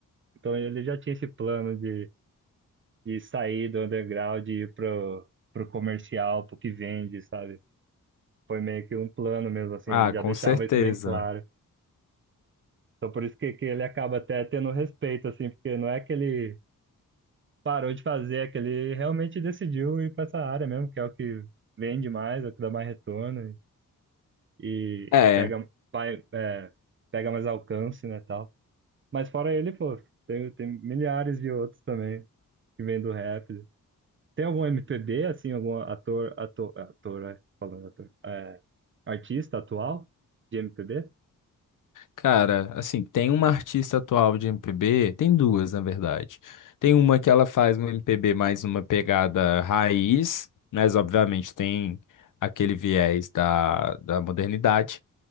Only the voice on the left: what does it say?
Ah,
com
certeza.
É,
cara, assim, tem uma artista atual de MPB, tem duas, na verdade. Tem uma que ela faz um MPB mais uma pegada raiz, mas obviamente tem aquele viés da, da modernidade.